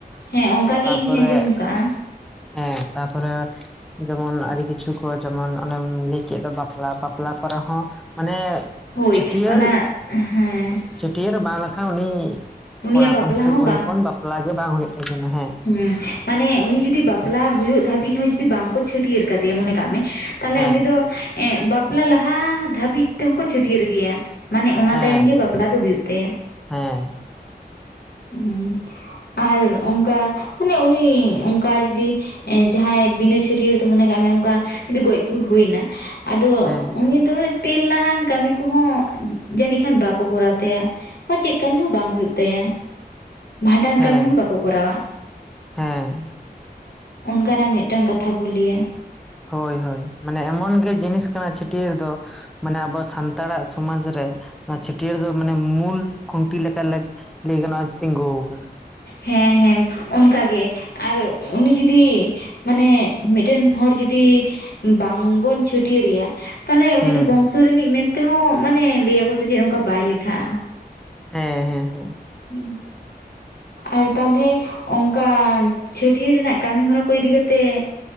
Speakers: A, on the left; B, in the centre.
A: ᱦᱮᱸ ᱚᱱᱠᱟ ᱜᱮ
B: ᱛᱟᱯᱚᱨᱮ
A: ᱤᱧ ᱦᱚᱧ ᱟᱸᱡᱚᱢ ᱟᱠᱟᱜᱼᱟ
B: ᱦᱮᱸ ᱛᱟᱯᱚᱨᱮ ᱡᱮᱢᱚᱱ ᱟᱹᱰᱤ ᱠᱤᱪᱷᱩ ᱠᱚ ᱡᱮᱢᱚᱱ ᱚᱱᱮᱢ ᱞᱟᱹᱭ ᱠᱮᱫ ᱫᱚ ᱵᱟᱯᱞᱟ ᱵᱟᱯᱞᱟ ᱠᱚᱨᱮ ᱦᱚᱸ ᱢᱟᱱᱮ
A: ᱦᱳᱭ
B: ᱪᱷᱟᱹᱴᱭᱟᱹᱨ
A: ᱚᱱᱟ ᱦᱮᱸ,
B: ᱪᱷᱟᱹᱴᱭᱟᱹᱨ ᱨᱮ ᱵᱟᱝ ᱞᱮᱠᱷᱟᱱ ᱩᱱᱤ
A: ᱩᱱᱤᱭᱟᱜ
B: ᱠᱚᱲᱟ ᱦᱚᱯᱚᱱ
A: ᱵᱟᱯᱞᱟ
B: ᱥᱮ
A: ᱦᱚᱸ
B: ᱠᱩᱲᱤ ᱦᱚᱯᱚᱱ ᱵᱟᱯᱞᱟ ᱜᱮ ᱵᱟᱝ ᱦᱳᱭᱳᱜ ᱛᱟᱹᱠᱤᱱᱟ ᱦᱮᱸ᱾
A: ᱦᱩᱸ ᱢᱟᱱᱮ ᱩᱱᱤ ᱡᱩᱫᱤ ᱵᱟᱯᱞᱟ ᱦᱳᱭᱳᱜ ᱫᱷᱟᱹᱵᱤᱡ ᱦᱚᱸ ᱡᱩᱫᱤ ᱵᱟᱝ ᱠᱚ ᱪᱷᱟᱹᱴᱭᱟᱹᱨ ᱠᱟᱫᱮᱭᱟ ᱢᱟᱱᱮ ᱠᱟᱜ ᱢᱮ ᱛᱟᱦᱚᱞᱮ
B: ᱦᱮᱸ
A: ᱩᱱᱤ ᱫᱚ ᱮ ᱵᱟᱯᱞᱟ ᱞᱟᱦᱟ ᱫᱷᱟᱹᱵᱤᱡ ᱛᱮᱦᱚᱸ ᱠᱚ ᱪᱷᱟᱹᱴᱭᱟᱹᱨ ᱮ ᱜᱮᱭᱟ᱾ ᱢᱟᱱᱮ ᱚᱱᱟ
B: ᱦᱮᱸ
A: ᱛᱟᱭᱚᱢ ᱜᱮ ᱵᱟᱯᱞᱟ ᱫᱚ ᱦᱩᱭᱩᱜ ᱛᱟᱭᱟ᱾
B: ᱦᱮᱸ
A: ᱦᱩᱸ᱾ ᱟᱨ ᱚᱱᱠᱟ ᱢᱟᱱᱮ ᱩᱱᱤ ᱚᱱᱠᱟ ᱡᱩᱫᱤ ᱮ ᱡᱟᱦᱟᱸᱭ ᱵᱤᱱᱟᱹ ᱪᱷᱟᱹᱨᱭᱟᱹᱨ ᱛᱮ ᱢᱚᱱᱮ ᱠᱟᱜ ᱢᱮ ᱚᱱᱠᱟ ᱡᱮ ᱜᱚᱡ ᱜᱩᱨ ᱦᱩᱭᱱᱟ ᱟᱫᱚ
B: ᱦᱮᱸ
A: ᱩᱱᱤ ᱫᱚ, ᱛᱮᱞᱱᱟᱦᱟᱱ ᱠᱟᱹᱢᱤ ᱠᱚᱦᱚᱸ ᱡᱟᱹᱱᱤᱡ ᱠᱷᱟᱱ ᱵᱟᱠᱚ ᱠᱚᱨᱟᱣ ᱛᱟᱭᱟ᱾ ᱪᱮᱫ ᱠᱟᱹᱢᱤ ᱦᱚᱸ ᱵᱟᱝ ᱦᱩᱭᱩᱜ ᱛᱟᱭᱟ ᱵᱷᱟᱸᱰᱟᱱ
B: ᱦᱮᱸ
A: ᱠᱟᱹᱢᱤ ᱦᱚᱸ ᱵᱟᱠᱚ ᱠᱚᱨᱟᱣᱟ᱾
B: ᱦᱮᱸ
A: ᱚᱱᱠᱟᱱᱟᱜ ᱢᱤᱫᱴᱟᱹᱝ ᱠᱟᱛᱷᱟ ᱠᱚ ᱞᱮᱭᱟ᱾
B: ᱦᱳᱭ ᱦᱳᱭ ᱢᱟᱱᱮ ᱮᱢᱚᱱ ᱜᱮ ᱡᱤᱱᱤᱥ ᱠᱟᱱᱟ ᱪᱷᱟᱹᱴᱭᱟᱹᱨ ᱫᱚ, ᱢᱟᱱᱮ ᱟᱵᱚ ᱥᱟᱱᱛᱟᱲᱟᱜ ᱥᱚᱢᱟᱡᱽ ᱨᱮ ᱱᱚᱣᱟ ᱪᱷᱟᱹᱴᱭᱟᱹᱨ ᱫᱚ ᱢᱟᱱᱮ ᱢᱩᱞ ᱠᱷᱩᱱᱴᱤ ᱞᱮᱠᱟ ᱞᱟᱹᱭ ᱜᱟᱱᱚᱜ ᱛᱤᱸᱜᱩ ᱠᱟᱱᱟ᱾
A: ᱦᱮᱸ ᱦᱮᱸ ᱚᱱᱠᱟᱜᱮ ᱟᱨ ᱩᱱᱤ ᱡᱩᱫᱤ ᱢᱟᱱᱮ ᱢᱤᱫᱴᱮᱱ ᱦᱚᱲ ᱡᱩᱫᱤ ᱵᱟᱝᱵᱚᱱ ᱪᱷᱟᱹᱴᱭᱟᱹᱨ ᱮᱭᱟ, ᱛᱟᱦᱚᱞᱮ ᱩᱱᱤ
B: ᱦᱩᱸ
A: ᱫᱚ ᱵᱚᱝᱥᱚ ᱨᱤᱱᱤᱡ ᱢᱮᱱᱛᱮᱦᱚᱸ ᱢᱟᱱᱮ ᱞᱟᱹᱭᱟᱠᱚ ᱥᱮ ᱪᱮᱫ ᱚᱱᱠᱟ ᱵᱟᱭ ᱞᱮᱠᱷᱟᱜᱼᱟ᱾
B: ᱦᱮᱸ ᱦᱮᱸ ᱦᱮᱸ
A: ᱦᱩᱸ ᱟᱨ ᱛᱟᱦᱞᱮ ᱚᱱᱠᱟ ᱪᱷᱟᱹᱴᱭᱟᱹᱨ ᱨᱮᱱᱟᱜ ᱠᱟᱹᱢᱤ ᱦᱚᱨᱟ ᱠᱚ ᱤᱫᱤ ᱠᱟᱛᱮᱜ